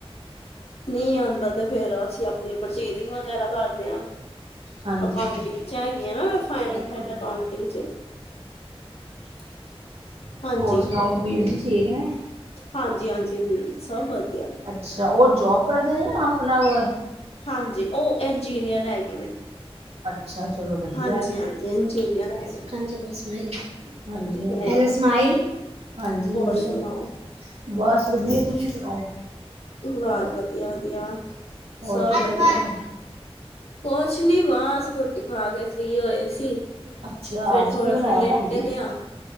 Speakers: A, on the left; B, on the right.
A: ਨੀ ਆਂਦਾ ਤੇ ਫੇਰ ਅਸੀ ਆਪਣੀ ਪਰਚੇਜਿੰਗ ਵਗੈਰਾ ਕਰਦੇ ਆ।
B: ਹਾਂਜੀ
A: ਅਕਾਊਟਿੰਗ
B: ਹਾਂਜੀ
A: 'ਚ ਹੈਗੀ ਆ ਨਾ ਮੈਂ ਫਾਈਨਸ
B: ਸਹੀ ਕਹਿੰਦੇ
A: ਐਂਡ
B: ਪਏ
A: ਅਕਾਉਂਟਿੰਗ
B: ਹੋ
A: 'ਚ।
B: <unintelligible>
A: ਹਾਂਜੀ।
B: ਹੋਰ ਸੁਣਾਓ ਵੀਰ ਜੀ ਠੀਕ ਨੇ?
A: ਹਾਂਜੀ-ਹਾਂਜੀ ਵੀਰ ਜੀ ਸਭ ਵਧੀਆ
B: ਅੱਛਾ, ਉਹ ਜੋਬ ਕਰਦੇ ਨੇ ਜਾ ਆਪਣਾ -
A: ਹਾਂਜੀ, ਉਹ ਇੰਜੀਨੀਅਰ ਹੈਗੇ ਨੇ।
B: ਅੱਛਾ ਚਲੋ ਵਧੀਆ
A: ਹਾਂਜੀ-ਹਾਂਜੀ
B: ਐ। ਹਾਂਜੀ
A: ਇੰਜੀਨੀਅਰ ਹੈਗੇ ਨੇ
B: ਬਸ ਓਹੀ। ਹਾਂਜੀ- ਹਾਂਜੀ।
A: ਹੋਰ-ਹੋਰ
B: ਹੈਲੋ ਸਮਈਲ। ਹਾਂਜੀ - ਹੈਲੋ
A: ਸੁਣਾਓ?
B: ਬਸ ਵਧੀਆ। ਤੁਸੀ ਸਣਾੳ।
A: ਬਸ ਵਧੀਆ- ਵਧੀਆ,
B: ਹੋਰ
A: ਸਭ
B: ਕੀ ਕਰਦੇ
A: ਵਧੀਆ।
B: ਪਏ?
A: ਕੁਛ ਨੀ ਬਸ ਰੋਟੀ ਖਾ ਕੇ ਫ੍ਰੀ ਹੋਏ ਸੀ
B: ਅੱਛਾ
A: ਫੇਰ
B: ਅੱਜ
A: ਥੋੜਾ
B: ਕੀ ਬਣਾਇਆ
A: ਸ ਲੇਟੇ
B: ਭੈਣ ਜੀ?
A: ਤੇ ਆ - ਹਾਂ